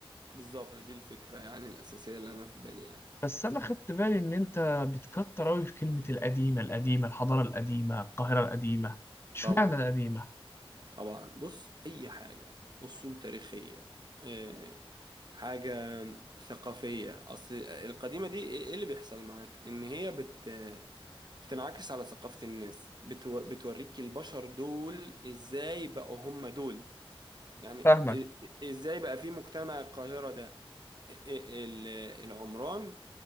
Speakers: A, on the right (about 50°); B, on the left (about 25°).
A: بالظبط دي الفكرة يعني الاساسية اللي انا في بالي يعني
B: بس انا خدت بالي ان انت بتكتر اوي في كلمة القديمة القديمة الحضارة القديمة القاهرة القديمة اشمعنى
A: طبعا
B: القديمة
A: طبعا بص اي حاجه اصول تاريخيه آه، حاجه ثقافيه اصل القديمه دي ايه إيه اللي بيحصل معاك ان هي بت بتنعكس على ثقافه الناس بتو... بتوريك البشر دول ازاي بقوا هم دول يعني
B: فاهمك
A: إ- ازاي بقى في مجتمع القاهره ده ال- ال- العمران